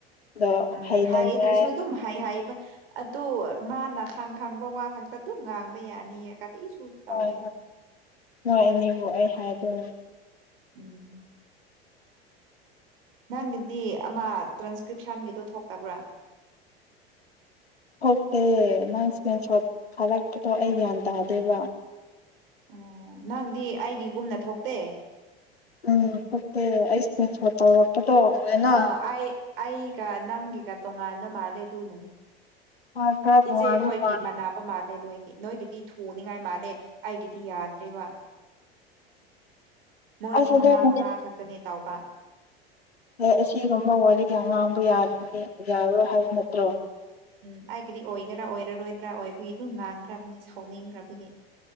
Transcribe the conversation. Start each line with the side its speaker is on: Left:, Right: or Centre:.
Left: ꯑꯗꯣ
Right: ꯎꯝ
Left: ꯍꯩꯅꯅꯤꯡꯉꯥꯏ
Right: ꯍꯥꯏꯗꯔꯥꯁꯨ ꯑꯗꯨꯝ ꯍꯥꯏ ꯍꯥꯏꯕ꯫ ꯑꯗꯨ ꯃꯥꯅ ꯈꯪ ꯈꯪꯕ ꯋꯥ ꯈꯛꯇ ꯑꯗꯨꯝ ꯉꯥꯡꯕ ꯌꯥꯅꯤꯌꯦ ꯀꯔꯤꯁꯨ ꯇꯧꯗꯦ꯫
Left: ꯍꯣꯏ ꯍꯣꯏ ꯑꯅꯤꯕꯨ ꯑꯩ ꯍꯥꯏꯗꯣꯏꯅꯦ꯫
Right: ꯎꯝ꯫ ꯅꯪꯒꯤꯗꯤ ꯑꯃ ꯇ꯭ꯔꯥꯟꯁꯀ꯭ꯔꯤꯞꯁꯟꯒꯤꯗꯣ ꯊꯣꯛꯇꯕ꯭ꯔꯥ꯫
Left: ꯊꯣꯛꯇꯦ ꯅꯪ ꯏꯁꯀ꯭ꯔꯤꯟ ꯁꯣꯠ ꯊꯥꯔꯛꯄꯗꯣ ꯑꯩ ꯒ꯭ꯌꯥꯟ ꯇꯥꯗꯦꯕ꯫
Right: ꯑꯣ ꯅꯪꯗꯤ ꯑꯩꯒꯤꯒꯨꯝꯅ ꯊꯣꯛꯇꯦ꯫
Left: ꯎꯝ ꯊꯣꯛꯇꯦ ꯑꯩ ꯏꯀꯔꯤꯟꯁꯣꯠ ꯇꯧꯔꯛꯄꯗꯣ꯫ ꯎꯑꯦꯅ
Right: ꯑ ꯑꯩ ꯑꯩꯒ ꯅꯪꯒꯤꯒ ꯇꯣꯉꯥꯟꯅ ꯃꯥꯜꯂꯦꯗꯨꯅꯅꯤ꯫
Left: ꯍꯣꯏ ꯈꯔ ꯇꯣꯉꯥꯟꯕ
Right: ꯏꯆꯦ ꯍꯣꯏꯒꯤ
Left: ꯃꯥꯜ
Right: ꯃꯅꯥ ꯃꯥꯜꯂꯦ ꯅꯣꯏꯒꯤ ꯅꯣꯏꯒꯤꯗꯤ ꯊꯨꯅꯤꯉꯥꯏ ꯃꯥꯜꯂꯦ ꯑꯩꯒꯤꯗꯤ ꯌꯥꯗ꯭ꯦꯔꯤꯕ꯫ ꯃꯣꯏꯗꯤ
Left: ꯑꯁ
Right: ꯃꯉꯥ
Left: ꯑꯗꯨꯕꯨꯗꯤ
Right: ꯃꯉꯥ ꯈꯛꯇꯅꯦ ꯇꯥꯎꯕ꯫
Left: ꯑꯦ ꯑꯁꯤꯒꯨꯝꯕ ꯋꯥꯔꯤ ꯑꯉꯥꯡꯕ ꯌꯥꯔꯤꯅꯤ ꯌꯥꯔꯔꯣꯏ ꯍꯥꯏꯕ ꯅꯠꯇ꯭ꯔꯣ꯫
Right: ꯎꯝ ꯑꯩꯒꯤꯗꯤ ꯑꯣꯏꯒꯦꯔꯥ ꯑꯣꯏꯔꯔꯣꯏꯗ꯭ꯔꯥ ꯑꯣꯏꯕꯒꯤ ꯑꯗꯨꯝ ꯉꯥꯡꯈ꯭ꯔꯕꯅꯤ ꯁꯥꯎꯅꯤꯡꯈ꯭ꯔꯕꯒꯤ꯫